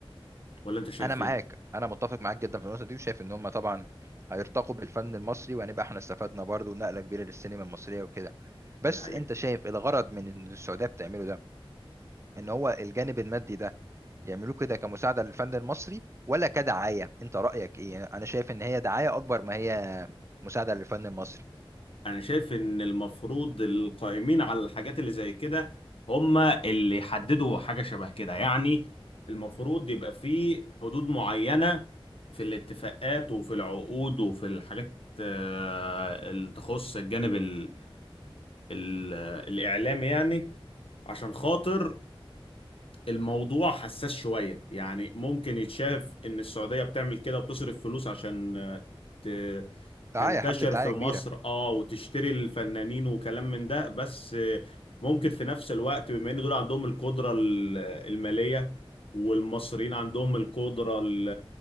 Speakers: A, on the left (about 70°); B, on the right (about 30°).
A: ولا انت شايف
B: انا معاك
A: ايه
B: انا متفق معاك جدا في النقطه دي وشايف ان هم طبعا هيرتقوا بالفن المصري وهنبقى احنا استفدنا برضه نقله كبيره للسينما المصريه وكده بس
A: دي حقيقة
B: انت شايف الغرض من إن السعوديه بتعمله ده ان هو الجانب المادي ده يعملوه كده كمساعده للفن المصري ولا كدعايه انت رايك ايه انا شايف ان هي دعايه اكبر ما هي مساعده للفن المصري
A: انا شايف ان المفروض القائمين على الحاجات اللي زي كده هم اللي يحددوا حاجة شبه كده يعني المفروض يبقى في حدود معينة في الاتفاقات وفي العقود وفي الحاجات آه، اللي تخص الجانب ال ال الإعلامي يعني عشان خاطر الموضوع حساس شوية يعني ممكن يتشاف إن السعودية بتعمل كده وبتصرف فلوس عشان آه، ت-
B: دعاية
A: تنتشر
B: حملة دعاية
A: في مصر
B: كبيرة
A: اه وتشتري الفنانين وكلام من ده بس آه، ممكن في نفس الوقت بما إن دول عندهم القدرة ال- المالية والمصريين عندهم القدرة ال-